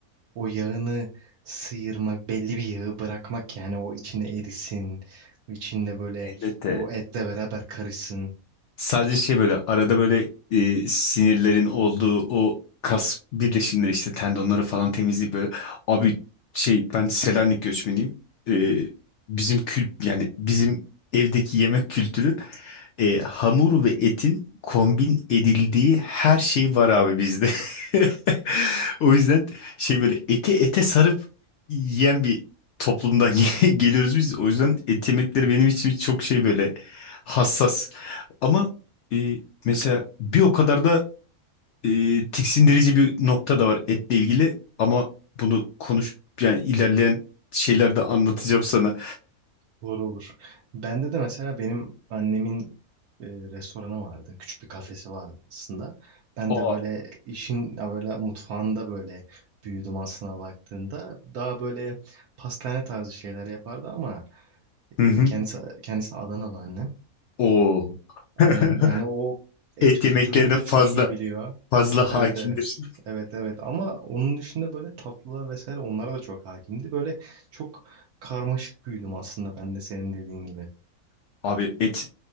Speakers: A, on the right; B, on the left.
A: O yağını sıyırmak, belli bir yağı bırakmak yani o içinde erisin, içinde böyle
B: Elbette.
A: o etle beraber karışsın.
B: Sadece şey böyle arada böyle e, sinirlerin olduğu o kas birleşimleri işte tendonları falan temizleyip böyle. Abi şey ben Selanik göçmeniyim. E, bizim kült yani bizim evdeki yemek kültürü e, hamur ve etin kombin edildiği her şey var abi bizde. <laughs> O yüzden şey böyle eti ete sarıp yiyen bir toplumdan <laughs> ge- geliyoruz biz. O yüzden et yemekleri benim için çok şey böyle hassas. Ama e, mesela bir o kadar da e, tiksindirici bir nokta da var etle ilgili. Ama bunu konuş yani ilerleyen şeylerde anlatacağım sana.
A: Olur olur. Bende de mesela benim annemin e, restoranı vardı. Küçük bir kafesi vardı aslında. Ben
B: Aa.
A: de böyle işin ya böyle mutfağında böyle büyüdüm aslına baktığında. Daha böyle pastane tarzı şeyler yapardı ama
B: Hı
A: e,
B: hı.
A: kendisi kendisi Adanalı annem.
B: Oo.
A: Aynen.
B: <laughs>
A: Yani o et
B: Et
A: kültürünü
B: yemeklerine
A: de
B: fazla.
A: çok iyi biliyor.
B: fazla hakimdir.
A: Evet evet. Evet evet ama onun dışında böyle tatlılar vesaire onlara da çok hakimdi. Böyle çok karmaşık büyüdüm aslında ben de senin dediğin gibi.
B: <laughs> Abi et